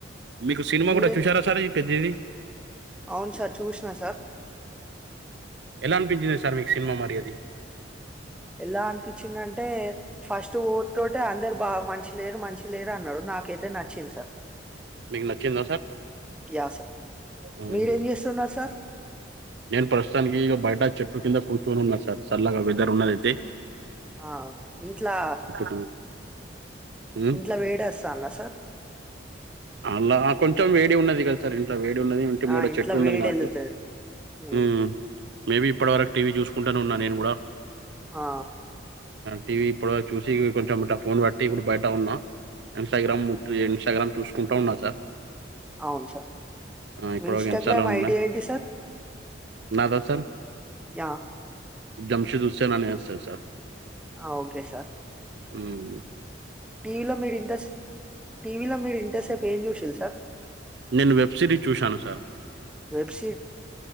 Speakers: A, on the right (about 60°); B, in the centre.
A: మీకు సినిమా
B: మీరే
A: కూడా చూసారా సార్ ఈ పెద్దిది
B: అవును సార్ చూసినా సార్
A: ఎలా అనిపించింది సార్ మీకు సినిమా మరి అది
B: ఎలా అనిపించిందంటే ఫస్ట్ ఊర్తో అందరు బా మంచి లేరు మంచి లేరు అన్నారు నాకైతే నచ్చింది సార్
A: మీకు నచ్చిందా సార్
B: యా సార్
A: హుహు.
B: మీరెం చేస్తున్నారు సార్
A: నేను ప్రస్తుతానికి ఇక బయట చెట్టు కింద కూర్చుని ఉన్నా సార్ చల్లగా వెదర్ ఉన్నదయితే
B: ఆ ఇంట్లా
A: కింద ఉమ్,
B: ఇంట్లో వేడస్తాందా సార్
A: అలా కొంచెం వేడి ఉన్నది ఇట్లా వేడి ఉన్నది ఇంటి ముంగడ
B: ఆ, ఇంట్లో
A: చెట్టు ఉన్నది
B: వేడి
A: మాకు
B: వెళ్తుంది ఉమ్,
A: మ్ మేబి ఇప్పటి వరకు టీవీ చూసుకుంటానే ఉన్నా నేను కూడా
B: ఆ
A: టీవీ ఇప్పుడు వరకు చూసి కొంచెం ఇట్ట ఫోన్ పట్టి ఇప్పుడు బయట ఉన్నా ఇన్స్టాగ్రామ్ ముక్తి ఇన్స్టాగ్రామ్ చూసుకుంటా ఉన్నా సార్
B: అవును సార్
A: ఆ, ఇప్పుడు
B: మీ ఇన్స్టాగ్రామ్
A: ఒక ఇన్స్టాలో ఉన్నా
B: ఐడి ఏంటి సార్
A: నాదా సార్
B: య
A: జమ్షెద్ హుస్సేనని వస్తాది సార్
B: అ ఓకే సార్
A: మ్
B: టీవీలో మీరు ఇంట్రెస్ట్ టీవీలో మీరు ఇంట్రెస్ట్ సేపు ఏం చూసిర్రు సార్
A: నేను వెబ్ సిరీస్ చూశాను సార్
B: వెబ్ సిరి